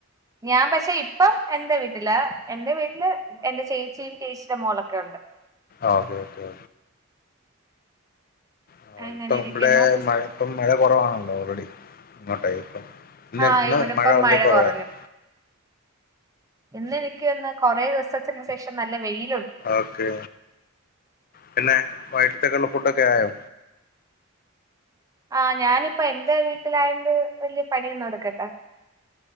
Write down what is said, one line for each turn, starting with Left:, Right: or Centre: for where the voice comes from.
Right: ഞാൻ പക്ഷെ ഇപ്പം എന്റെ വീട്ടിലാ എൻ്റെ വീട്ടി വീട്ടില് എന്റെ ചേച്ചിയും ചേ ന്റ മോളൊക്കെയുണ്ട്
Left: ഓക്കെ ഓക്കെ ആ
Right: അങ്ങനെ
Left: ഇപ്പൊ
Right: ഇരിക്കുന്നു
Left: ഇവിടെ മഴ ഇപ്പ മഴ കുറവാണല്ലോ ഓൾറെഡി അങ്ങോട്ടായി ഇപ്പം ല്ല
Right: ആഹ്
Left: ഇന്ന്
Right: ഇവിടിപ്പം
Left: മഴ ഉള്ളേ കുറവാരുന്നു
Right: കൊറഞ്ഞു ഇന്ന് എനിക്ക് തോന്നുന്നു കൊറേ ദിവസത്തിന് ശേഷം നല്ല വെയി
Left: ഓക്കേ പിന്നെ വയിട്ടത്തേക്കുള്ള ഫു ഫുഡക്കെയായോ
Right: ആ ഞാനിപ്പോ എന്റെ വീട്ടിലായണ്ട് വല്യ പണിയൊന്നും എടുക്കണ്ട